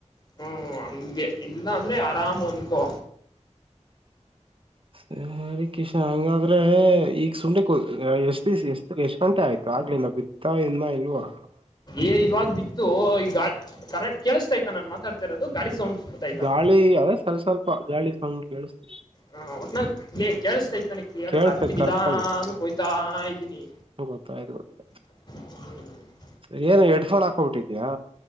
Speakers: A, on the left; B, on the right.
A: ಹ್ಮ ಹಂಗೆ ಇಲ್ಲ ಅಂದ್ರೆ ಆರಾಮ್ ಅಂದ್ಕೊ.
B: ಸರಿ ಕಿಶ ಹಂಗಾದ್ರೆ ಈಗ ಸುಂಡೆ ಕೊ ಅ ಎಷ್ಟು ದಿಸ ಎಷ್ಟ ಎಷ್ಟ್ ಗಂಟೆ ಆಯ್ತು. ಆಗ್ಲಿಲ್ಲ ಬಿತ್ತ ಇನ್ನ ಇಲ್ವಾ‌.
A: ಏ ಇವಾಗ ಬಿತ್ತು ಈ ಗಾ ಕರೆ ಕೇಳಿಸತಾಯ್ತಾ ನಾನ್ ಮಾತಾಡ್ತಾ ಇರೋದು ಗಾಳಿ ಸೌಂಡ್ ಬರ್ತಾಯ್ತಾ
B: ಗಾಳಿ ಅದೇ ಸ್ವಲ್ ಸ್ವಲ್ಪ ಗಾಳಿ ಸೌಂಡ್ ಕೇಳಿಸತ.
A: ಹ ಒಟ್ನಾಗ್ ಕೇಳಿಸ್ತಾ ಇತಾನೆ ಕ್ಲಿಯರ್
B: ಕೇಳಿಸ್ತೈತೆ
A: ಆಗ ಅದಕ್ಕೆ ನಿಧಾನ
B: ಕರೆಕ್ಟ್
A: ಕೊಯ್ತಾ ಇದ್ದೀನಿ.
B: ಗೊತ್ತಾಯ <unintelligible>
A: ಹ್ಮ
B: ಸ ಏನು ಹೆಡ್ಫೋನ್ ಹಾಕೋಬಿಟ್ಟಿದಯಾ